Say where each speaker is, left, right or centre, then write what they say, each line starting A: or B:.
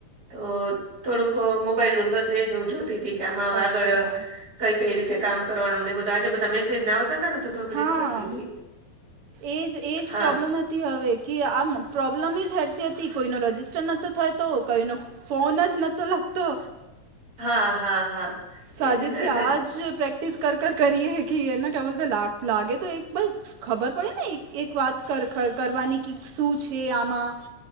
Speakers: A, on the right; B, on the right.
A: તો થોડુંક કા મોબાઈલનું બસ એજ હું જોતી હતી કે આમાં હ આગળ
B: અચ્છા
A: કઈ-કઈ રીતે કામ કરવાનું ને બધું આજે બધા મેસેજ આવતા હતા ને. તો થોડુંક
B: હા
A: રીડ કરતી તી.
B: એજ એજ
A: હા,
B: પ્રોબ્લેમ હતી હવે કે આમ પ્રોબ્લેમ જ હતી કોઈનો રજીિસ્ટર નતો થયો તો કોઈનો ફોન જ નતો લાગતો
A: હા, હા, હા.
B: સાજેથી
A: એજ ને એટલે
B: આજ પ્રેક્ટ પ્રેક્ટિસ કર કર કરીએ કે એના કેવલ તો લાગ લાગે તો એક બસ ખબર પડે ને એક વાત કર કર કરવાની કે શું છે આમાં.